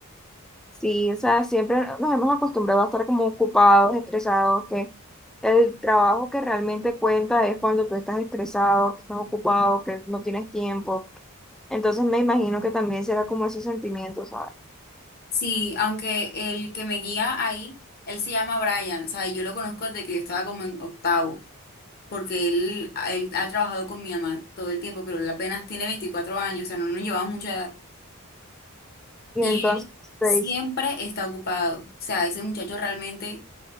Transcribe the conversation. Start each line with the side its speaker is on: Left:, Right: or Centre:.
Centre: Sí, o sea, siempre nos hemos acostumbrado a estar como ocupados, estresados, que el trabajo que realmente cuenta es cuando tú estás estresado, que estás ocupado, que no tienes tiempo. Entonces me imagino que también será como ese sentimiento, ¿sabes?
Left: Sí, aunque el que me guía ahí, él se llama Brian, o sea, y yo lo conozco desde que yo estaba como en octavo, porque él, él ha trabajado con mi mamá todo el tiempo, pero él apenas tiene 24 años, o sea, no nos llevamos mucho,
Centre: Y
Left: Y
Centre: entonces
Left: él
Centre: te
Left: siempre
Centre: dice,
Left: está ocupado. O sea, ese muchacho realmente,